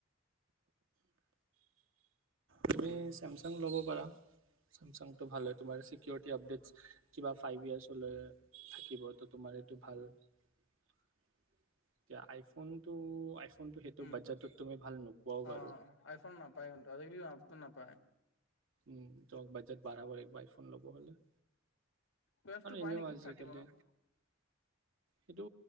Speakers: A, on the right; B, on the left.
A: তুমি চেমচাং ল'ব পাৰা চেমচাংটো ভাল হয় তোমাৰ চিকিৰিটি আপডট কিবা ফাইভ ইয়াৰ হলে থাকিব ত তোমাৰ এইটো ভাল এতিয়া আইফোনটো আইফোনটো সেইটো
B: উম
A: বাজেটত তুমি ভাল নোপোৱাও
B: আহ
A: বাৰু
B: আইফোন নাপায় কিন্তু আজিকি নাপায়
A: উম ত বাজেট বাৰ়াবৰ একবাৰ ফোন ল'ব হলে
B: বয়সটো
A: আৰু
B: পাই
A: এনেও
B: নেকি
A: আজিকালি
B: থাৰ্টি মানত,
A: সেইটো